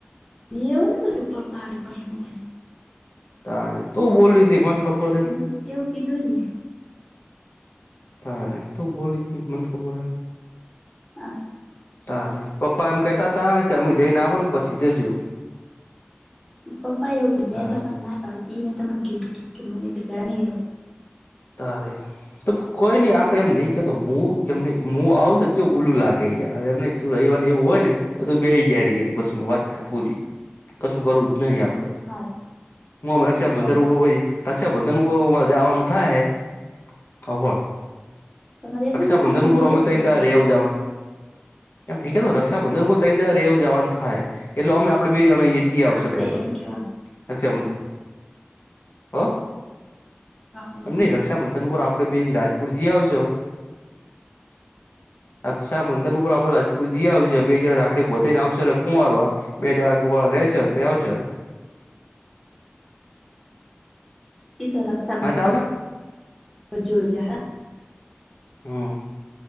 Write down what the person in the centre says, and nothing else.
એવુ ન ત તું પપ્પ આવી પછ મુ આવે,
મેં એવું કીધું જ ને,
હા,
પપ્પા એવું કે મેં
તો આપને ના પાડી ત મેને તમને કીધું તું કે હું એટલે ગા નહી લહું,
બસ
હારુ
હો
તમારે એકલું
જવાનું તમે
જે
જાહો
તો
આપડે
એમ કેવાનું
હા એટલે
મમ્મી
એતો રક્ષાબંધન
પછી જોયુ જાહે,